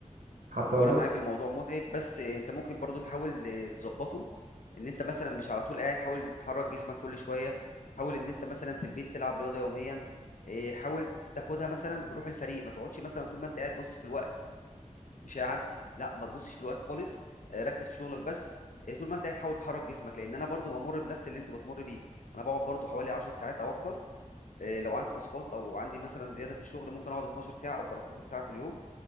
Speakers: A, on the right; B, on the left.
A: حتى والله
B: هو انا معاك
A: كنت
B: الموضوع متعب بس آه، انت ممكن برضو تحاول آه، تظبطه ان انت مثلا مش على طول قاعد حاول تحرك جسمك كل شويه حاول ان انت مثلا في البيت تلعب رياضه يوميا آه، حاول تاخدها مثلا بروح الفريق ما تقعدش مثلا طول ما انت قاعد بص في الوقت مش هيعدي لا ما تبصش في الوقت خالص آه، ركز في شغلك بس آه، طول ما انت قاعد حاول تحرك جسمك لان انا برضو بمر بنفس اللي انت بتمر بيه انا بقعد برضو حوالي 10 ساعات او اكتر آه، لو عندي تاسكات او عندي مثلا زياده في الشغل ممكن اقعد 12 ساعه او 13 ساعه في اليوم